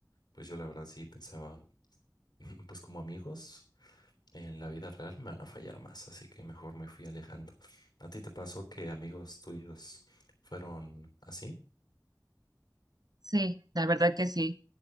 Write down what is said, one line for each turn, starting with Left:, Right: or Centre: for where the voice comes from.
Left: pues yo la verdad sí pensaba, <laughs> pues como amigos. En la vida real me van a fallar más, así que mejor me fui alejando. ¿A ti te pasó que amigos tuyos fueron así?
Right: Sí, la verdad que sí.